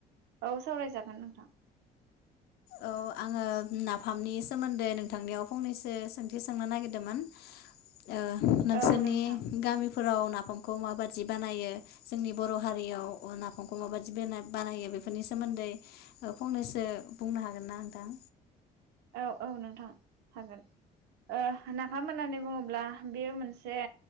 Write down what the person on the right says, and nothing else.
औ सावरायजागोन ओं। <unintelligible>
औ नोंथां
औ, औ नोंथां हागोन। ओ नाफाम होननानै बुङोब्ला। बेयो मोनसे